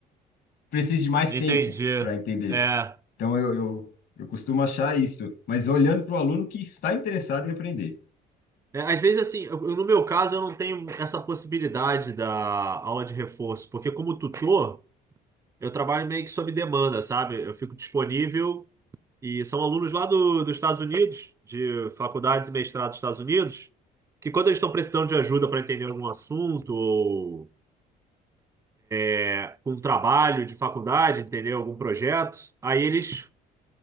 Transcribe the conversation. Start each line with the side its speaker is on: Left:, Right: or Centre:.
Left: precisa de mais
Right: Entendi.
Left: tempo para entender.
Right: É.
Left: Então, eu, eu, eu costumo achar isso, mas olhando para o aluno que está interessado em aprender.
Right: É, às vezes, assim, eu- eu- no meu caso, eu não tenho essa possibilidade da aula de reforço, porque como tutor, eu trabalho meio que sob demanda, sabe? Eu fico disponível e são alunos lá do, dos Estados Unidos, de faculdades e mestrados dos Estados Unidos, que quando eles estão precisando de ajuda para entender algum assunto ou é, com um trabalho de faculdade, entendeu? Algum projeto, aí eles